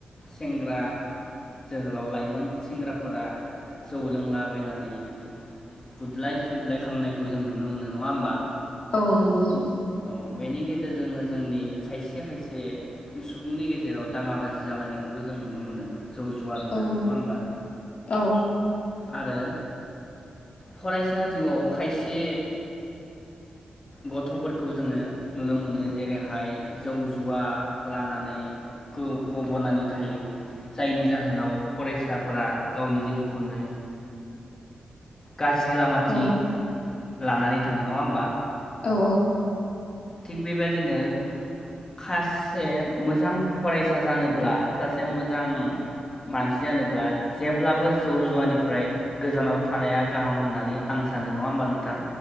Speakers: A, on the left; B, on the left.
A: सेंग्रा जोहोलाव लाइमोन सेंग्राफोरा जौ लोंलाबायनानै बुदलाय सुदलाय खामनायखौ जों नुनो मोनो नङा होमबा
B: औ नंगौ नंगौ
A: औ बेनि गेजे रजोंनो जोंनि खायसे खायसे सुबुंनि गेजेराव दाङा बाजि जालायनायखौबो जों नुनो मोनो जौ जुवा लोंनानै
B: औ
A: नङा होनबा
B: औ
A: आरो फरायसा जिउआव खायसे गथ'फोर खौ जोङो नुनो मोनो जेरैहाय जौ जुवा लानानै गब'नानै थायो जायनि जाहोनाव फरायसाफोरा गावनि जिउखौनो गाज्रि लामाथिं
B: औ
A: लानानै थाङो नङा होमबा
B: औ
A: थिग बेबायदिनो खासे मोजां फरायसा जानोब्ला सासे मोजां मानसि जानोब्ला जेब्लाबो जौ जुवानिफ्राय गोजानाव थानाया गाहाम होननानै आं सानो नङा होमबा नोंथां